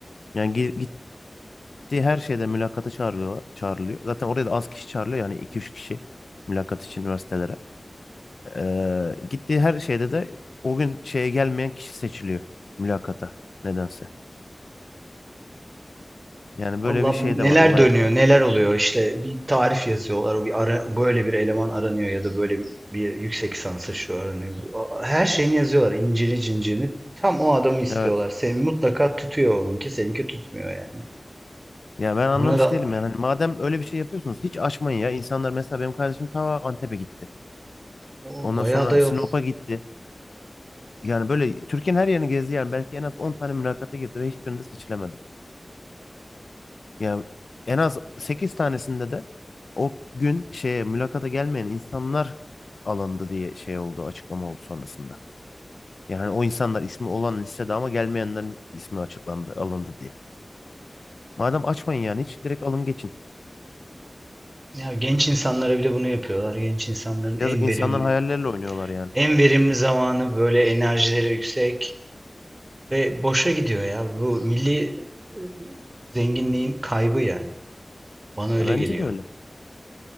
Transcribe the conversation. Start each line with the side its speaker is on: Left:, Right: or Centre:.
Left: Yani gi- gittiği her şeyde mülakata çağırıyor, çağrılıyor. Zaten oraya da az kişi çağrılıyor. Yani iki üç kişi mülakat için üniversitelere. E, gittiği her şeyde de o gün şeye gelmeyen kişi seçiliyor mülakata nedense. Yani
Right: Allah
Left: böyle bir şey
Right: neler
Left: de var, olay
Right: dönüyor,
Left: da var.
Right: neler oluyor. İşte bir tarif yazıyorlar. O bir ara, böyle bir eleman aranıyor ya da böyle bir yüksek lisansa şu aranıyor. A- Her şeyini yazıyorlar. İncini cincirini. Tam o adamı istiyorlar.
Left: Evet.
Right: Seni mutlaka tutuyor onunki, seninki tutmuyor yani.
Left: Ya ben anlamış
Right: Buna da
Left: değilim yani. Hani madem öyle bir şey yapıyorsunuz hiç açmayın ya. İnsanlar mesela benim kardeşim ta Antep'e gitti.
Right: o,
Left: Ondan
Right: bayağı
Left: sonra
Right: da yok.
Left: Sinop'a gitti. Yani böyle Türkiye'nin her yerini gezdi yani. Belki en az 10 tane mülakata girdi ve hiçbirinde seçilemedi. Yani en az 8 tanesinde de o gün şeye mülakata gelmeyen insanlar alındı diye şey oldu, açıklama oldu sonrasında. Yani hani o insanlar ismi olan listede ama gelmeyenlerin ismi açıklandı, alındı diye. Madem açmayın yani hiç direkt alın geçin.
Right: Ya genç insanlara bile bunu yapıyorlar. Genç insanların en
Left: Yazık insanların
Right: verimli
Left: hayalleriyle oynuyorlar yani.
Right: En verimli zamanı böyle enerjileri yüksek ve boşa gidiyor ya. Bu milli zenginliğin kaybı yani. Bana öyle
Left: E, bence
Right: geliyor.
Left: de öyle.